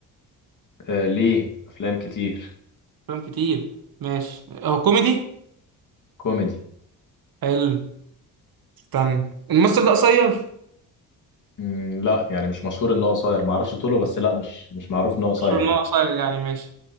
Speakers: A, on the left; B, on the right.
A: آه ليه افلام كتير
B: افلام كتير ماشي هو كوميدي
A: كوميدي
B: حلو استنى الممثل ده قصير
A: مم لا يعني مش مشهور ان هو قصير ما اعرفش طوله بس لا مش مش معروف ان هو قصير
B: مشهور ان
A: يعني
B: هو قصير يعني ماشي